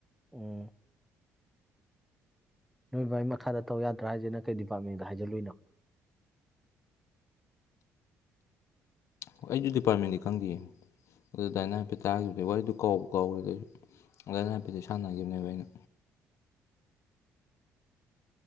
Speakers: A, in the centre; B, on the left.
A: ꯎꯝ ꯅꯣꯏ ꯕꯥꯏ ꯃꯈꯥꯗ ꯇꯧ ꯌꯥꯗ꯭ꯔ ꯍꯥꯏꯖꯦ ꯅꯪ ꯀꯩ ꯗꯤꯄꯥꯔꯠꯃꯦꯟꯗ ꯍꯥꯏꯖꯜꯂꯨꯏꯅꯣ
B: ꯍꯣꯏ ꯑꯩꯗꯤ ꯗꯤꯄꯥꯔꯠꯃꯦꯟꯗꯤ ꯈꯪꯗꯤꯌꯦ ꯑꯗꯨ ꯗꯥꯏꯅꯥ ꯍꯥꯏꯐꯦꯠ ꯇꯥꯒꯤꯕꯗꯩ ꯋꯥꯔꯤꯗꯣ ꯀꯥꯎꯕꯨ ꯀꯥꯎꯒ꯭ꯔꯦꯗ ꯑꯩꯁꯨ ꯗꯥꯏꯅꯥ ꯍꯥꯏꯐꯦꯠꯇꯤ ꯁꯥꯟꯅꯒꯤꯕꯅꯦꯕ ꯑꯩꯅ